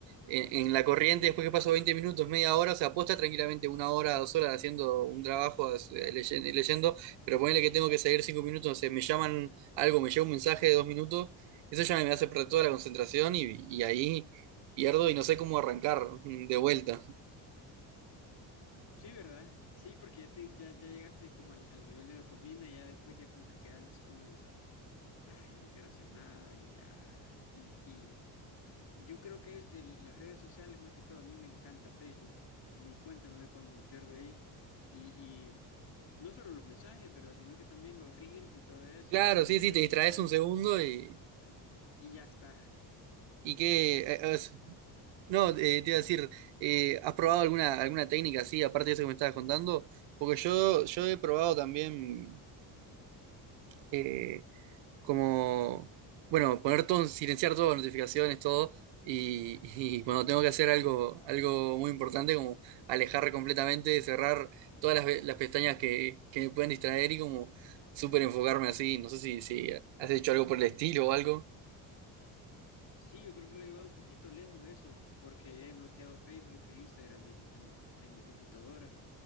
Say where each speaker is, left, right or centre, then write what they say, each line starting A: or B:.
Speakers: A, on the right; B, on the left.
A: en- en la corriente, después que paso 20 minutos, media hora, o sea, puedo estar tranquilamente una hora, dos horas haciendo un trabajo, eh, leyen- leyendo, pero ponele que tengo que seguir cinco minutos, no sé, me llaman algo, me llega un mensaje de dos minutos, eso ya me hace perder toda la concentración y, y ahí pierdo y no sé cómo arrancar mm, de vuelta.
B: Sí, ¿verdad? Sí, porque ya, te, ya, ya llegaste como al, al nivel de dopamina, ya después ya como que quedas así como, ah, ya no quiero hacer nada y ya. Y, y yo creo que es de las redes sociales más que todo, a mí me encanta Facebook. Ni cuenta me doy cuando me pierdo ahí. Y, y no solo los mensajes, ¿verdad? Sino que también los reels y todo eso.
A: Claro,
B: Y, y de
A: sí,
B: repente
A: sí, te distraes
B: te salga
A: un segundo y.
B: y ya está.
A: ¿Y qué? eh, eh, es- No, eh, te iba a decir, eh, ¿has probado alguna, alguna técnica así, aparte de eso que me estabas contando? Porque yo, yo he probado también. eh, como, bueno, poner todo, en- silenciar todas las notificaciones, todo, y, y cuando tengo que hacer algo, algo muy importante, como alejar completamente, cerrar todas las, ve- las pestañas que, que me pueden distraer y como súper enfocarme así, no sé si, si has hecho algo por el estilo o algo.
B: Sí, yo creo que lo he llevado un poquito lejos eso, porque he bloqueado Facebook e Instagram en, en, en mi computadora.